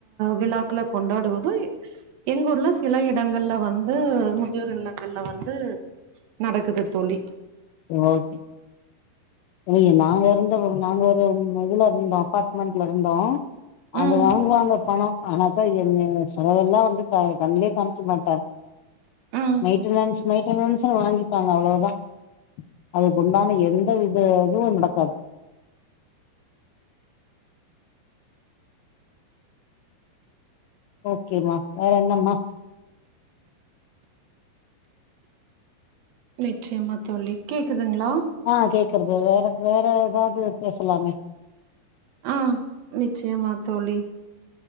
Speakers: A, on the right; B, on the left.
A: விழாக்கள கொண்டாடுவது எங்க ஊர்ல சில இடங்கள்ல வந்து முதியோர் இல்லங்கள்ல வந்து நடக்குது தோழி
B: ஓகே இல்லியே நாங்க இருந்த நாங்க ஒரு இதுல இருந்தோ அபார்ட்மெண்ட்ல இருந்தோ அங்க
A: ம்
B: வாங்குவாங்க பணோ ஆனாக்கா என்ன செலவெல்லா வந்து க கண்ணுலயே காமிக்க மாட்டாங்க
A: ம்
B: மெயின்டன்ஸ் மெயின்டன்ஸ்னு வாங்கிப்பாங்க அவ்ளோதா அதுக்கு உண்டான எந்த வித எதுவு நடக்காது ஓகேமா வேற என்னமா
A: நிச்சயமா தோழி கேக்குதுங்ளா
B: ஆ கேக்கறது வேற வேற ஏதாவது பேசலாமே
A: ஆ நிச்சயமா தோழி